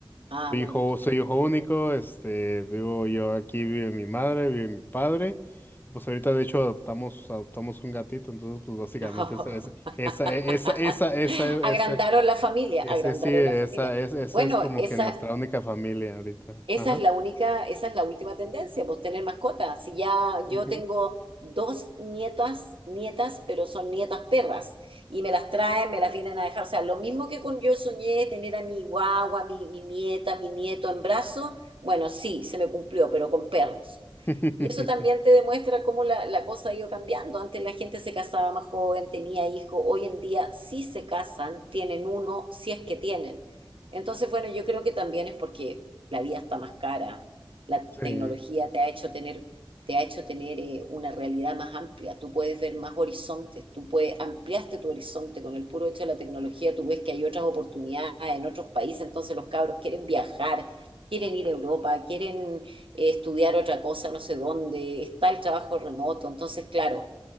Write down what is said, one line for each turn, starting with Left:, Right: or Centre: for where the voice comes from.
Right: Ah,
Left: Soy
Right: bueno.
Left: hijo, soy hijo único, este, vivo yo aquí, vive mi madre, vive mi padre, y pues ahorita de hecho adoptamos, adoptamos un gatito, entonces pues básicamente
Right: <laughs>
Left: esa, esa, esa, e, esa, esa, esa,
Right: Agrandaron
Left: ese-
Right: la familia,
Left: ese
Right: agrandaron
Left: sí, esa,
Right: la familia.
Left: es, esa
Right: Bueno,
Left: es como
Right: esa,
Left: que nuestra única familia ahorita.
Right: Esa
Left: Ajá.
Right: es la única, esa es la última tendencia, pues tener mascotas. Si ya yo
Left: Ujú.
Right: tengo dos nietas, nietas, pero son nietas perras, y me las traen, me las vienen a dejar. O sea, lo mismo que con yo soñé tener a mi guagua, mi, mi nieta, mi nieto en brazos, bueno, sí, se me cumplió, pero con perros.
Left: <laughs>
Right: Y eso también te demuestra cómo la, la cosa ha ido cambiando. Antes la gente se casaba más joven, tenía hijos, hoy en día sí se casan, tienen uno, si es que tienen. Entonces, bueno, yo creo que también es porque la vida está más cara, la
Left: Sí.
Right: tecnología te ha hecho tener, te ha hecho tener eh, una realidad más amplia, tú puedes ver más horizontes, tú puedes, ampliaste tu horizonte con el puro hecho de la tecnología, tú ves que hay otras oportunidades en otros países, entonces los cabros quieren viajar, quieren ir a Europa, quieren eh, estudiar otra cosa, no sé dónde, está el trabajo remoto, entonces claro,